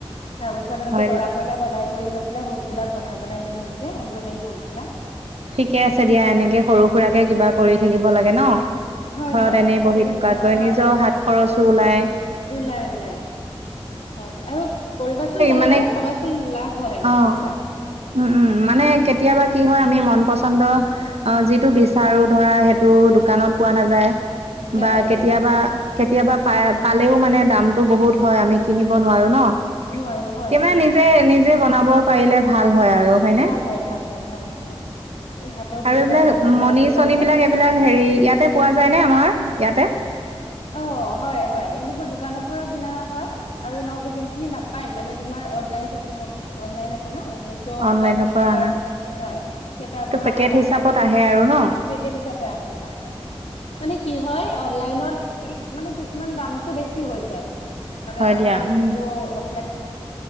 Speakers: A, on the left (about 85°); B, on the right (about 80°).
A: তাৰ পিছত এনেকে
B: হয়
A: দৰা কইলা বনাই কৰি লৈ পেলাই হৌক বিলাক বনাই-বনাই দিওঁ এনেকে এম্ব্ৰইডাৰী হৌক বিলাক।
B: ঠিকে আছে দিয়া এনেকে সৰু-সুৰাকে কিবা কৰি থাকিব লাগে ন।
A: হয়
B: ঘৰত
A: হয়
B: এনি
A: আজিকালিৰ
B: বহি থকাত
A: দিনত
B: গৈ
A: হয়
B: নিজৰ
A: হয়
B: হাত খৰচো ওলায়।
A: ওলাই ওলাই হয় আৰু কৰিবাচোন তেনেকে
B: মানে
A: চাবাচোন লাভ হয় মানে
B: অ
A: বুজিছা।
B: উম - উম মানে কেতিয়াবা কি হয় আমি মন প পচন্দ যিটো বিচাৰো ধৰা সেইটো দোকানত পোৱা নাযায়।
A: নাযায়
B: বা কেতিয়াবা
A: নাযায় হয়
B: কেতিয়াবা পাই পালেও মানে দামটো বহুত হয় আমি কিনিব নোৱাৰোঁ ন।
A: নোৱাৰো হয়-হয়।
B: এতিয়া মানে নিজে নিজে বনাব পাৰিলে ভাল হয় আৰু হয়নে?
A: ভাল হয় ভাল হয় হয় হয় এই হাতৰ বিদ্যাৰ
B: আৰু এইবিলাক
A: মৰণ নাই
B: মণি
A: বুলি কয়
B: চণি
A: যে
B: বিলাক এইবিলাক
A: হয়
B: হেৰি ইয়াতে পোৱা যায় নে আমাৰ ইয়াতে
A: অ হয় হয় এনেকুৱা দোকানৰ পৰা কিনা হয় আৰু নহব যোনখিনি ন পাই মানে তোমাৰ অনলাইন শ্বপিং অনলাইন আছে ন মিছ'
B: অনলাইনৰ
A: বা ফ্লিপকাৰ্ট
B: পৰা আনা
A: হয় সেই তাৰ
B: এইটো
A: পৰা
B: পেকেট
A: অনা
B: হিচাপত
A: হয় আৰু
B: আহে ন?
A: পেকেট হিচাপে আহে হয় হয় মানে কি হয় অনলাইনত কি মানে কিছুমান দামতটো বেছি হৈ যায় মানে
B: হয়
A: আমাৰ
B: দিয়া উম।
A: যোনটো অ